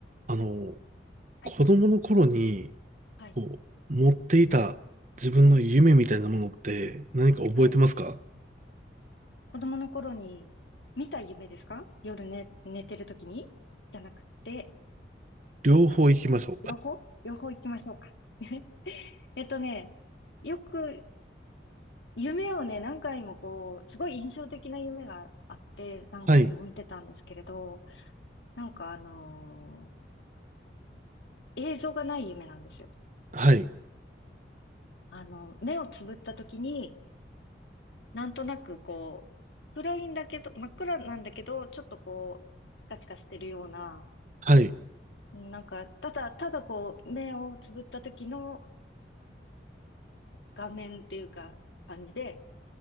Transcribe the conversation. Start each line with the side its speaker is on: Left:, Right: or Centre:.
Right: あの、
Left: はい、
Right: 子供の頃に、
Left: はい、
Right: こう、持っていた自分の夢みたいなものって何か覚えてますか
Left: はい、はい。子供の頃に見た夢ですか夜寝、寝てる時にじゃなくて、
Right: 両方行きましょう。
Left: えっと、両方両方行きましょうか。<laughs> えっとね、よく夢をね、何回もこう、すごい印象的な夢があって、何回も見てたんですけれど、
Right: はい、
Left: なんかあのー映像がない夢なんですよ。
Right: はい、
Left: あの、目をつぶった時に、なんとなくこう、暗いんだけど、真っ暗なんだけど、ちょっとこう、チカチカしてるような、
Right: はい、
Left: うんなんか、ただ、ただこう、目をつぶった時の画面っていうか、感じで、